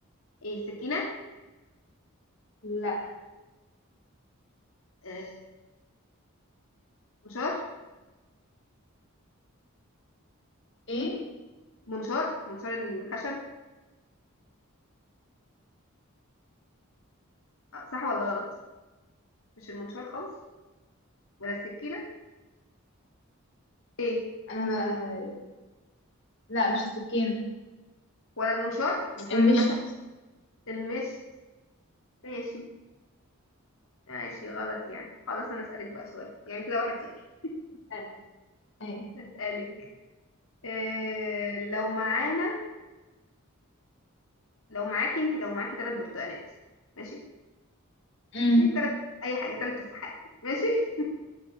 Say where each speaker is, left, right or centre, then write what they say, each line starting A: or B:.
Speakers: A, on the left; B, on the left.
A: ايه السكينه
B: لا
A: آه، منشار
B: ايه
A: منشار منشار الخشب آه، صح ولا غلط مش المنشار خالص ولا السكينة ايه
B: انا بقى... لا مش السكين
A: ولا المنشار منشار
B: المشط
A: الخشب المشت ماشي ماشي غلط يعني خلاص انا اسألك بقى سؤال يعني كده واحد صفر
B: آه. ايه
A: اسألك إيه لو معانا لو معاكي انت لو معاكي ثلاث برتقانات ماشي
B: مم.
A: ماشي ثلاث اي حاجة ثلاث تفاحات ماشي